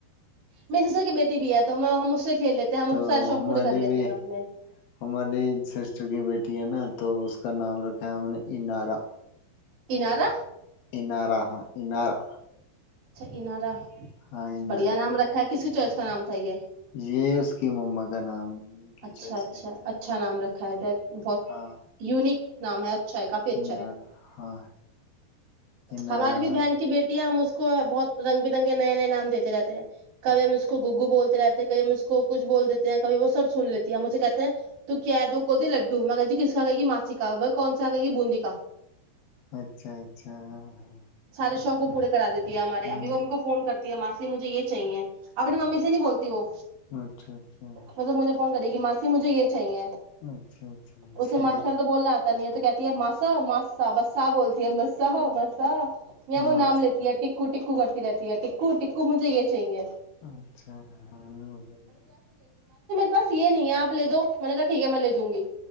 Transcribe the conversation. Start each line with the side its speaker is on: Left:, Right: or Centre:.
Right: میے سسر کی بیٹی بھی ہے تو میں کھیل لیتے ہیں ہم
Left: تو
Right: اس سارے شوق
Left: ہمارے
Right: پورے کر لیتے
Left: بھی
Right: ہیں اپنے
Left: ہمارے سسٹر کی بیٹی ہے نا تو اس کا نام رکھا ہم نے انارا
Right: انارا
Left: انارا ہاں انارا
Right: اچھا انارہ
Left: ہائنرا
Right: بڑھیا نام رکھا ہے کس چرچ کا نام تھا یے
Left: یہ اس کی معمہ کا نام کی
Right: اچھا
Left: چوائس
Right: اچھا
Left: کا ایک تھا ہنارا
Right: اچھا نام رکھا ہے د بہت
Left: ہاں
Right: یونک نام ہے اچھا کافی اچھا
Left: ہنارا
Right: ہے
Left: ہاں ہنارا
Right: ہماری بھی
Left: نام
Right: بہن کی بیٹی ہے ہم اس کو بہت رنگ برنگے نئے نئے نام دیتے رہتے ہیں کب ہم اس کو گگو بولتے رہتے ہیں کب ہم اس کو کچھ بول دیتے ہیں کب وہ سب سن لیتی ہے مجے کہتے ہیں تو کیا ہے وہول دیے لڈو میں کہتی ہو جی کس کہ گی ماسی کا کون سا آ گئی یہ بوندی کا
Left: اچھا اچھا ہاں ہاں
Right: سارا ش س کو پورے کرا دیتے ہمارے
Left: ہوں
Right: ابھی وہ کو فون کر ماسی مجھے یہ چاہیے آپ اپنی ممی سے نہیں بولتی وہ
Left: اچھا اچھا
Right: مطلب مجھے فون کرےی ماسی مجھے یہ چاہیے
Left: اچھا اچھا
Right: اسے
Left: صحیح
Right: ماسٹر
Left: ہے صحیح۔
Right: تو بولنا آتا نہیں ہے تو کہتے مسا ماا با بولتی ہے ما مسا
Left: عمر
Right: وہ نام
Left: صاحب،
Right: لیتی ہے ٹکو ٹو ٹکو کرتی رہتی ہے ٹکو ٹکو مجھے یہ چاہیے
Left: اچھا ہ نہیں ہو ن <unintelligible>
Right: بس یہ نہیں ہےپ لے دو م میں نے کہا ٹھیک ہے میں لے دوں گی